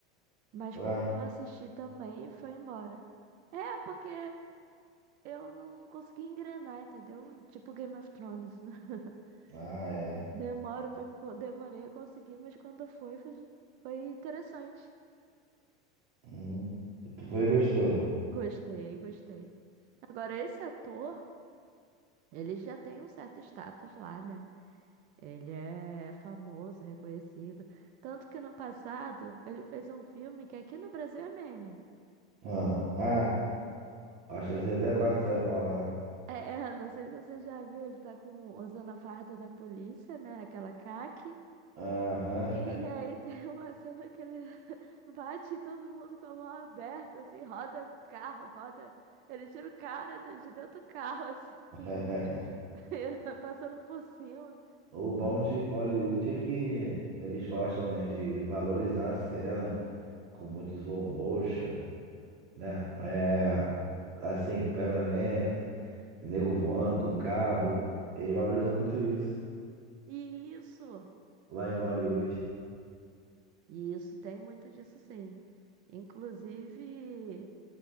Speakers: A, on the right (about 25°); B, on the right (about 45°).
A: mas
B: Ué?
A: quando eu assisti também foi embora. É, porque eu não consegui engrenar, entendeu? Tipo Game of Thrones. né? <laughs>
B: Ah, é.
A: Demoro pra, co- demorei a conseguir, mas quando foi, foi, foi interessante.
B: Hum, tu foi e gostou.
A: Gostei, gostei. Agora, esse ator, ele já tem um certo status lá, né? Ele é famoso, reconhecido. Tanto que no passado ele fez um filme que aqui no Brasil é meme.
B: Ah, ah, acho que eu sei até qual é que você vai falar.
A: É, é, <laughs> não sei se você já viu, ele tá com, usando a farda da polícia, né? Aquela caque.
B: Aham.
A: E aí tem uma cena que ele <laughs> bate em todo mundo com a mão aberta, assim, roda carro, roda. Ele tira o cara do- de dentro do carro, assim,
B: <laughs>
A: <laughs> vira- passando por cima.
B: O bom de Bollywood é que eles gostam, né, de valorizar a cena com muito slow motion. né? É, assim, câmera lenta, nego voando com cabo. Eles valorizam muito isso
A: E isso,
B: lá em Bollywood.
A: e isso tem muito disso, sim. Inclusive.